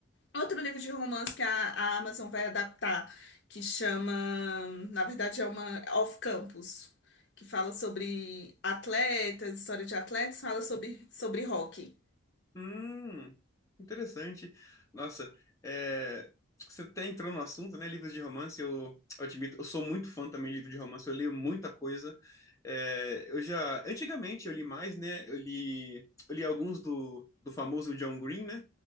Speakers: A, on the left; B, on the left.
A: outro livro de romance que a, a Amazon vai adaptar, que chama, na verdade, é uma Off Campus, que fala sobre atletas, história de atletas, fala sobre, sobre hockey.
B: Hum, interessante. Nossa, é, você até entrou no assunto, né? Livros de romance, eu, eu admito, eu sou muito fã também de livro de romance, eu leio muita coisa. É, eu já, antigamente eu li mais, né? Eu li, eu li alguns do, do famoso John Green, né?